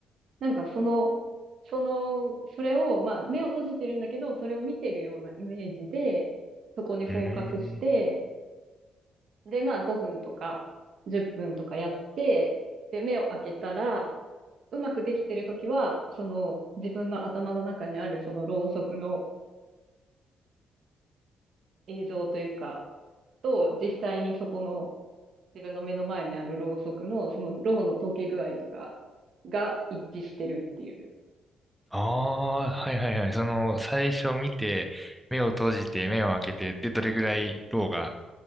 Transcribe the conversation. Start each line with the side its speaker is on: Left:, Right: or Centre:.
Right: なんかその、その、それを、まあ、目を閉じてるんだけど、それを見てるようなイメージで、そこにフォーカスして、
Centre: ーん。
Right: で、まあ、5分とか、10分とかやって、で、目を開けたら、うまくできてるときは、その、自分の頭の中にある、その、ろうそくの映像というか、と、実際にそこの、自分の目の前にあるろうそくの、その、ろうの溶け具合とかが一致してるっていう。
Centre: ああー、はいはいはい。その、最初見て、目を閉じて、目を開けて、で、どれぐらい、ローが